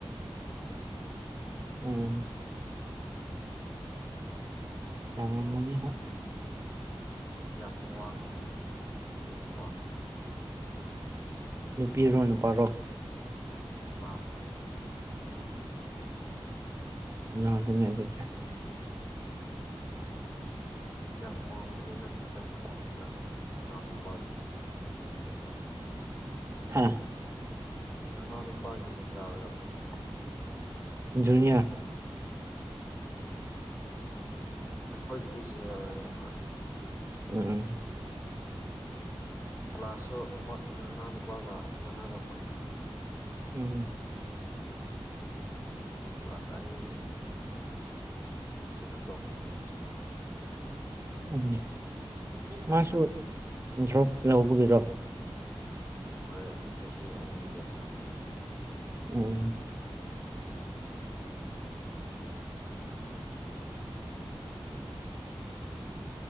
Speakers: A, on the left (about 35°); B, on the right (about 25°).
A: ꯎꯝ
B: ꯎꯝ ꯌꯥꯝ ꯃꯣꯏ ꯍꯥ
A: ꯌꯥꯝ ꯋꯥꯡꯉꯦ ꯍꯥꯏ ꯑꯗꯨꯝ ꯋꯥꯡꯉ
B: ꯅꯨꯄꯤꯔꯣ ꯅꯨꯄꯥꯔꯣ
A: ꯅꯨꯄꯥ
B: ꯅꯒꯅ ꯆꯦ
A: ꯌꯥꯝ ꯋꯥꯡꯕꯗꯤ ꯅꯠꯇꯦꯗ ꯑꯗꯨꯝ ꯈꯔꯗꯤꯕ ꯅꯅꯥꯎꯅ, ꯀꯌꯥ ꯅꯨꯄꯥꯒꯤ ꯀꯒꯥ ꯀꯃ
B: ꯍꯥ
A: ꯅꯅꯥꯎ ꯅꯨꯄꯥꯒꯤ ꯂꯦꯡꯒꯥ ꯑꯣꯏꯔꯝꯃꯅꯦ
B: ꯖꯅꯌꯥ
A: <inaudible> ꯑꯩꯈꯣꯏꯒꯤꯗꯤ ꯖꯨꯅꯤꯌꯔ ꯑꯣꯏꯔꯅꯤ ꯍꯣꯏ
B: ꯎꯝ
A: ꯀ꯭ꯂꯥꯁꯁꯨ ꯃꯣꯏ ꯅꯅꯥꯎ ꯅꯨꯨꯄꯥꯒ ꯃꯅꯔꯝꯒꯅꯤ
B: ꯎꯝ
A: ꯀ꯭ꯂꯥꯁ ꯑꯅꯤ ꯀꯩꯅꯣ ꯇꯧꯕꯅꯦꯕ ꯖꯨꯅꯤꯌꯔ ꯑꯣꯏꯕꯅꯦꯕ
B: ꯎ ꯃꯥꯁꯨ ꯊ꯭ꯔꯞ ꯂꯧꯕꯒꯤꯔꯣ
A: ꯍꯣꯏ ꯆꯍꯤ ꯑꯅꯤ ꯒꯦꯞ ꯊꯝꯕꯒꯤꯅꯦ
B: ꯎꯝ